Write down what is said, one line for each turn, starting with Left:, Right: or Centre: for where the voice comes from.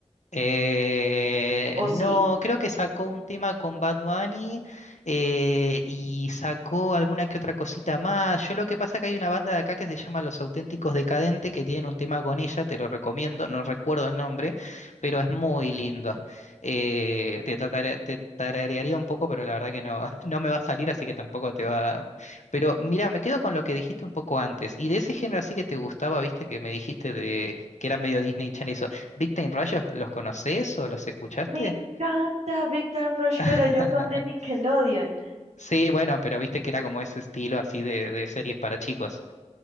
Left: Eh,
Right: O
Left: no,
Right: sí.
Left: creo que sacó un tema con Bad Bunny eh, y sacó alguna que otra cosita más. Yo lo que pasa que hay una banda de acá que se llama Los Auténticos Decadentes que tienen un tema con ella, te lo recomiendo, no recuerdo el nombre, pero es muy lindo. Eh, te tatare- te tararearía un poco, pero la verdad que no, <laughs> no me va a salir, así que tampoco te va. Pero mira, me quedo con lo que dijiste un poco antes. Y de ese género así que te gustaba, viste, que me dijiste de que era medio Disney Channel ¿Big Time Rush los los conoces o los escuchaste?
Right: Me encanta Big Time Rush,
Left: <laughs>
Right: pero ellos son de Nickelodeon.
Left: Sí, bueno, pero viste que era como ese estilo así de, de series para chicos.